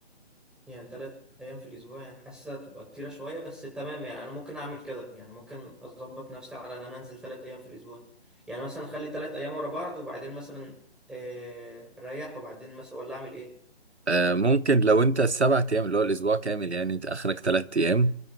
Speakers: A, in the centre; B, on the right.
A: يعني ثلاث ايام في الاسبوع يعني حاسسها تبقى كتيره شويه بس تمام يعني انا ممكن اعمل كده يعني ممكن اظبط نفسي على ان انا انزل ثلاث ايام في الاسبوع يعني مثلا اخلي ثلاث ايام ورا بعض وبعدين مثلا آه، اريح وبعدين مثلا ولا اعمل ايه
B: آه، ممكن لو انت السبع ايام اللي هو الاسبوع كامل يعني انت اخرك ثلاث ايام